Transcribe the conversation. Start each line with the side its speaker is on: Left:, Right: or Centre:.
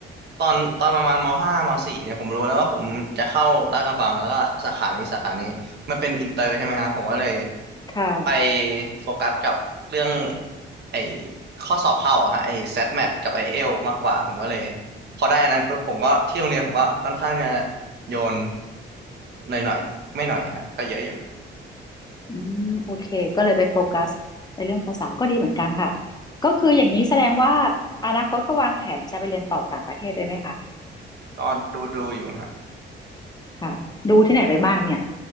Right: ตอนตอนประมาณมห้ามสี่เนี่ยผมรู้แล้วว่าผมจะเข้าลาดกระบังแล้วก็สาขานี้สาขานี้มันเป็นอินเตอร์ใช่ไหมครับ ผมก็เลย
Left: ค่ะ
Right: ไปโฟกัสกับเรื่องไอ้ข้อสอบเข้าอะฮะไอ้ SAT m a t กับไอ้เอลมากกว่าผมก็เลยพอได้อันนั้นปุ๊บผมก็ที่โรงเรียนผมก็ค่อนข้างจะโยนหน่อยๆไม่หน่อยอะฮะก็เยอะอยู่
Left: อืมโอเค ก็เลยไปโฟกัสในเรื่องภาษาก็ดีเหมือนกันค่ะ ก็คืออย่างนี้แสดงว่าอนาคตก็วางแผนจะไปเรียนต่อต่างประเทศด้วยไหมคะ
Right: ก็ดูดูอยู่ฮะ
Left: ค่ะ ดูที่ไหนไปบ้างเนี่ย